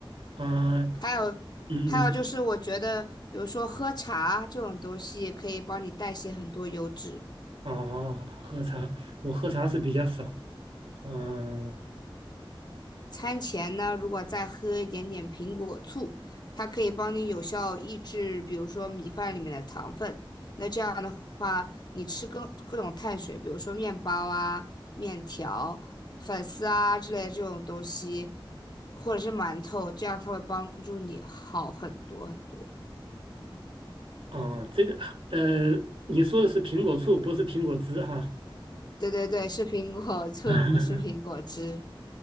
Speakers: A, on the right (about 80°); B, on the left (about 50°).
A: 啊、
B: 还有
A: 嗯，
B: 还有就是我觉得，
A: 你说
B: 比如说喝茶这种东西可以帮你代谢很多油脂。
A: 哦，喝茶。我喝茶是比较少，嗯、
B: 餐前呢，如果再喝一点点苹果醋，它可以帮你有效抑制，比如说米饭里面的糖分。那这样的话，你吃各各种碳水，比如说面包啊、面条、粉丝啊之类的这种东西，或者是馒头，这样它会帮助你好很多很多。
A: 哦，这个呃，你说的是苹果醋，不是苹果汁哈。
B: 对对对，是苹果醋，
A: <laughs>
B: 不是苹果汁。